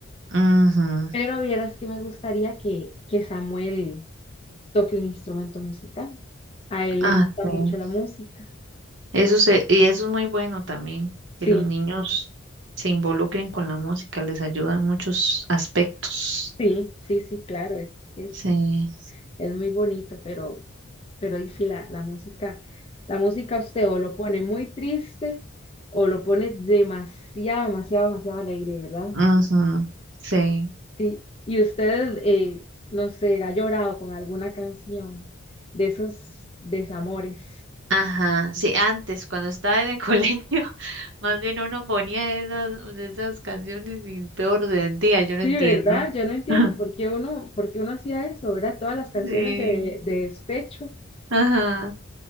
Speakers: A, on the right (about 60°); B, on the left (about 25°).
A: Ujú.
B: Pero vieras que me gustaría que, que Samuel toque un instrumento musical. A él
A: Ah,
B: le gusta
A: sí.
B: mucho la música.
A: Eso se, y eso es muy bueno también,
B: Sí,
A: que los niños se involucren con la música, les ayuda en muchos aspectos.
B: sí, sí, sí, claro, es, es
A: Sí.
B: es muy bonito, pero, pero y sí, la, la música, la música usted o lo pone muy triste o lo pone demasiado, demasiado, demasiado alegre, ¿verdad?
A: Ujú. Sí.
B: Sí. Y usted, eh, no sé, ha llorado con alguna canción de esos desamores.
A: Ajá. Sí, antes, cuando estaba en el <laughs> colegio, más bien uno ponía esas, esas canciones y peor de día, yo no
B: Sí,
A: entiendo.
B: ¿verdad? Yo no entiendo
A: <laughs>
B: por qué uno, por qué uno hacía eso, ¿verdad? Todas las canciones
A: Sí.
B: de, de despecho.
A: Ajá.